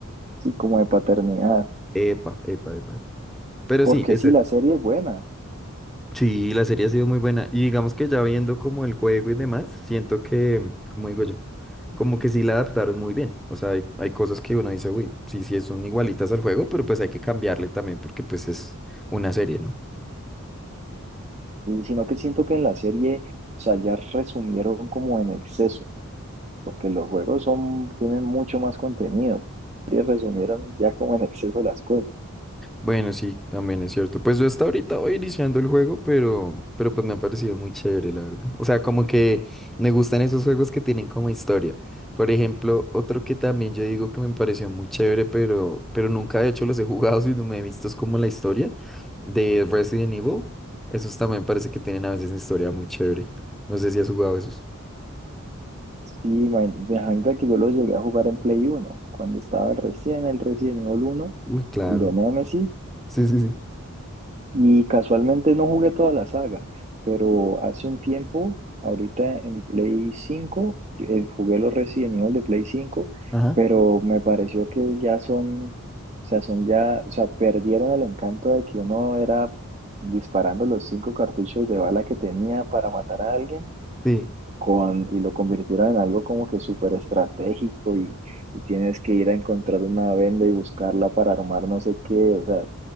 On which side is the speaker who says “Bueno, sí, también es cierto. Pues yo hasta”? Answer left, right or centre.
Centre